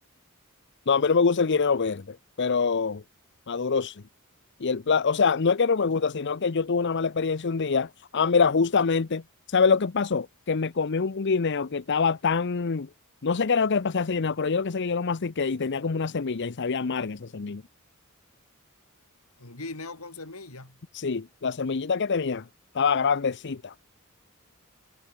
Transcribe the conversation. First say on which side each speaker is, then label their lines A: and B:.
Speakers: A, on the left; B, on the left.
A: No, a mí no me gusta el guineo verde, pero maduro sí. Y el plato, o sea, no es que no me gusta, sino que yo tuve una mala experiencia un día. Ah, mira, justamente, ¿sabes lo que pasó? Que me comí un guineo que estaba tan. No sé qué era lo que le pasaba a ese guineo, pero yo lo que sé es que yo lo mastiqué y tenía como una semilla y sabía amarga esa semilla.
B: Un guineo con semilla.
A: Sí, la semillita que tenía estaba grandecita.